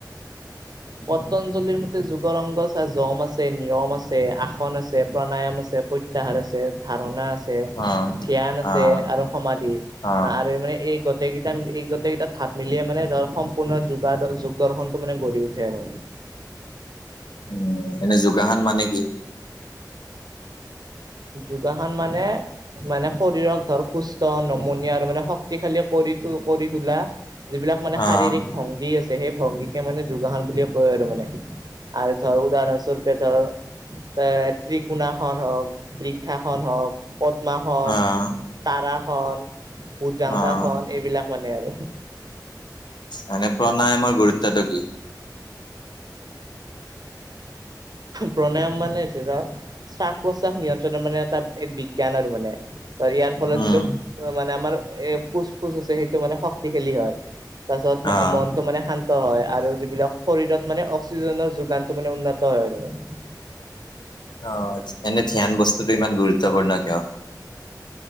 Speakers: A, on the right (about 65°); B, on the left (about 75°).
A: পতঞ্জলিৰ মতে যুগৰংগ চাই যম আছে, নিয়ম আছে, আসন আছ ছে, প্ৰাণায়াম আছে, প্ৰত্যাহাৰ আছে, ধাৰণা আছ ছে,
B: অ',
A: ধ্যান আছে
B: অ',
A: আৰু সমাধি
B: অ',
A: আৰু মানে এই গ গোটেইকেইটা এই গোটেইকেইটা থাপ মিলিয়ে মানে ধৰ' সম্পূৰ্ণ যোগা ৰ যোগদৰ্শনটো মানে গঢ়ি উঠে আৰু।
B: উম, এনে যোগাহান মানে কি?
A: যোগাহান মানে মানে শৰীৰক ধৰ সুস্থ নমনীয়া আৰু মানে শক্তিশালী কৰি তো কৰি তোলা। যিবিলাক মানে শাৰীৰিক
B: অ',
A: ভংগী আছ সেই ভংগীকে মানে যোগাসন বুলি কয় আৰু মানে আৰু ধৰ উদাহৰণস্বৰূপে ধৰ এ ত্ৰিকোণাসন হওক বৃক্ষাসন হওক, পদ্মাাসন,
B: অ',
A: তাৰাসন উজাংগাসন
B: অ',
A: এইবিলাক মানে আৰু।
B: মানে প্ৰণায়ামৰ গুৰুত্বটো কি?
A: প্ৰণায়াম মানে হৈছে যাৰ শ্বাস- প্ৰশ্বাস নিয়ন্ত্ৰণৰ মানে এটা এক বিজ্ঞান আৰু মানে। ধৰ ইয়াৰ ফলত
B: উম,
A: যিটো মানে আমাৰ এ ফুচ- ফুচ আছে সেইটো মানে শক্তিশালী হয়। তাৰছত
B: অ',
A: মনটো মানে শান্ত হয় আৰু যিবিলাক শৰীৰত মানে অক্সিজেনৰ যি যোগাসনটো মান উন্নত হয় আৰু মানে।
B: অ, এনে ধ্যান বস্তুতো ইমান গুৰুত্বপূৰ্ণ কিয়?